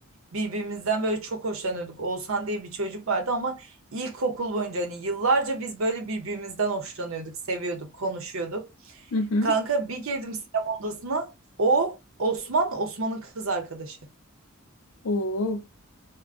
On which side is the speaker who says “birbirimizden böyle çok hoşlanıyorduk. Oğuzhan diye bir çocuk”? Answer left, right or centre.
Right